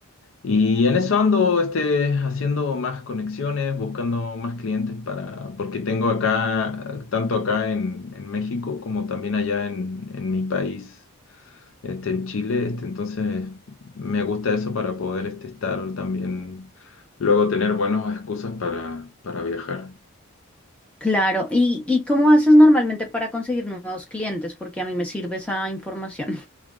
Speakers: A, on the left (about 60°); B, in the centre.
A: Y en eso ando este, haciendo más conexiones, buscando más clientes para, porque tengo acá, tanto acá en, en México como también allá en, en mi país este, en Chile, este, entonces me gusta eso para poder este, estar también, luego tener buenas excusas para, para viajar.
B: Claro. ¿Y, y cómo haces normalmente para conseguir nuevos clientes? Porque a mí me sirve esa información.